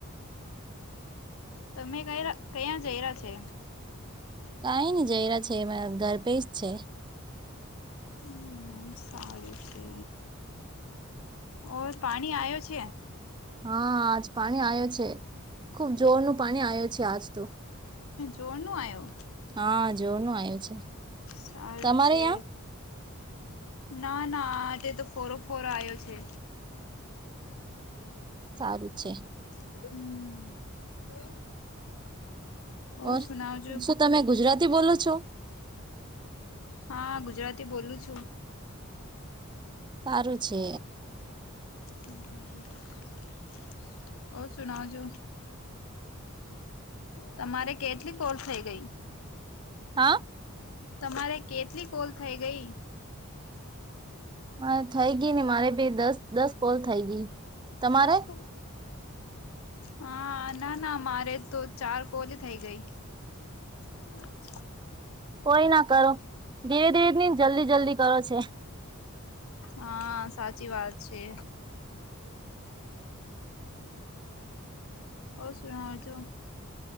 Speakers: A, on the left (about 70°); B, on the right (about 20°).
A: તમે ક કયાં જય રહ્યા છે?
B: કઈ નહી જયરા છે એમાં ગર્ભેશ છે.
A: હમ્મ, સારું છે. ઓ પાણી આવયો છે.
B: હા આજ પાણી આયો છે ખુબ જોરનું પાણી આયું છે આજ તો.
A: જોર નું આવ્યો
B: હા જોનું આયું છે.
A: સારું
B: તમારે
A: છે
B: યાં?
A: ના ના હા તે તો ફોરો ફોરો આયો છે.
B: સારું છે.
A: <inaudible> ઓ
B: ઓર
A: સુનાવજો
B: શું તમે ગુજરાતી બોલો છો
A: હા ગુજરાતી બોલું છું
B: સારું છે.
A: <inaudible> ઓ સુના જો તમારે કેટલી કોર થઇ ગઈ
B: હા.
A: તમારે કેટલી કોલ થઈ ગઈ.
B: હા થઇ ગઈ ને મારે ભી દસ દસ કોલ થઇ ગઈ. તમારે
A: દસ કોલ હા ના ના મારે તો ચાર કોલઈ થઇ ગઈ. <inaudible>
B: કોઈ ના કરો ધીરે ધીરે ની જલ્દી જલ્દી કરો છે.
A: હા સાચી વાત છે. ઓ સુનાઓ છો.